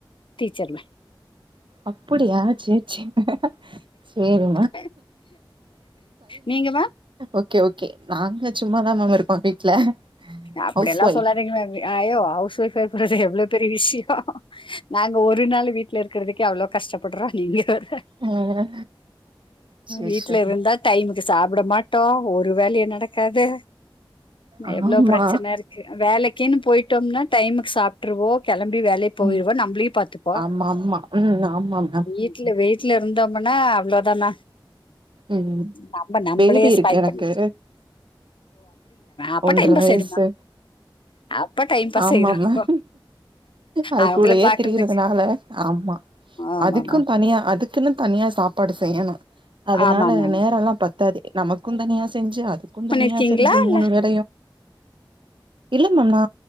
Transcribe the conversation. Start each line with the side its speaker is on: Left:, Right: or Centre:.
Left: டீச்சர் ம
Right: அப்பிடியா செர் செர்
Left: அ நீங்க மேம்
Right: ஓகே ஓகே நாங்க சும்மாதா மேம் இருப்போ வீட்ல
Left: அப்டியெல்லா
Right: ஹவுஸ் ஒய்ஃப்
Left: சொல்லாதீங்கா யோ ஹவுஸ் ஒய்ஃப்பா இருக்குறது எவ்ளோ பெரிய விஷ்யோ நாங்க ஒரு நாள் வீட்ல இருக்கற்துக்கே அவ்ளோ கஷ்டப்பட்றோ நீங்க வேற
Right: ஆ சேரி
Left: வீட்ல
Right: சேரி
Left: இருந்தா டைமு கு சாப்ட மாட்டோ ஒரு வேலயு நடக்காது
Right: ஆமா
Left: எவ்ளோ பிரச்சன இருக்கு வேலைக்கின் போய்ட்டோம்னா டைமுக் சாப்ட்ருவோ கெளம்பி வேலை போய்ருவ
Right: ம்
Left: நம்பளயு பாத்துப்பா
Right: ஆமா ஆமா ம் ஆமா மேம்
Left: இல்ல வீட்ல இருந்தோம்முன்னா அவ்ளோ தாமா
Right: ம்
Left: நம்ப நம்பளே
Right: பேபி
Left: ஸ்பை
Right: இருக்கு எனக்கு
Left: பண்ணி அப்ப
Right: ஒன்ற
Left: டைம் பாஸ்
Right: வய்சு
Left: ஆயிரு மேம் அப்ப டைம் பாஸ்
Right: ஆமா
Left: ஆயிரு
Right: மேம் அது
Left: அவங்கள
Right: கூடயே
Left: பாக்குறதுக்கு
Right: திரியிறதுனால ஆமா
Left: ஆமா
Right: அதுக்கும்
Left: மேம்
Right: தனியா அதுக் குன்னு தனியா சாப்பாடு செய்யணோ அதனால
Left: ஆமா மேம்
Right: நேரோல்லா பத்தாது நமக்கும் தனியா செஞ்சி அதுக்கும்
Left: பண்ணிருக்கீங்களா
Right: தனியா செஞ்சி
Left: இல்ல
Right: மூணு பேர் இல்ல மேம் நா